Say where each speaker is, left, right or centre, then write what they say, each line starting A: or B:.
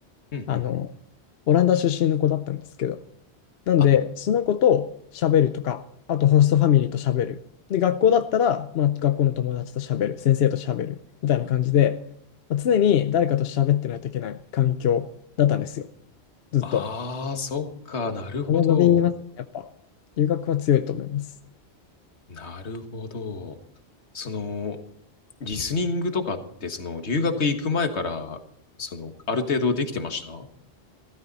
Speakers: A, on the left; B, on the left.
A: うんうんうん。
B: あの、オランダ出身の子だったんですけど、なんで、
A: あ、
B: その子と喋るとか、あとホストファミリーと喋る。で、学校だったら、まあ、学校の友達と喋る、先生と喋る、みたいな感じで、まあ、常に誰かと喋ってないといけない環境だったんですよ。ずっと。
A: ああ、そっか、なるほど。
B: これは伸びますね。やっぱ、留学は強いと思います。
A: なるほど。その、リスニングとかって、その、留学行く前から、その、ある程度できてました